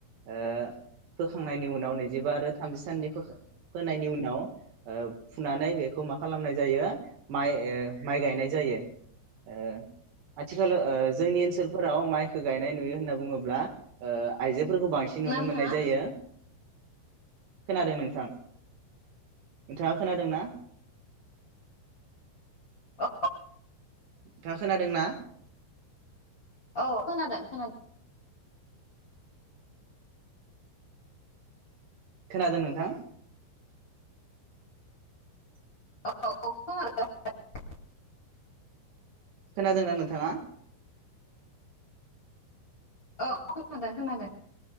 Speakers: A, on the right; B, on the left.
A: ओ फोखांनायनि उनाव नैजिबा आरो थामजि साननि फोनायनि उनाव फुनानै बेखौ मा खालामनाय जायो माइ ओ माइ गायनाय जायो ओ । आथिखालाव ओ जोंनि ओनसोलफोराव माइखौ गायनाय नुयो होनना बुङोब्ला ओ आइजोफोरखौ बांसिन नुनो
B: ना नोंथाङा?
A: मोननाय जायो । खोनादों नोंथां नोंथाङा खोनादों ना?
B: अ।
A: नोंथाङा खोनादोंना?
B: औ खोनादों खोनादों।
A: खोनादों नोंथां?
B: औ।
A: खोनादोंना नोंथाङा?
B: औ खोनादों खोनादों।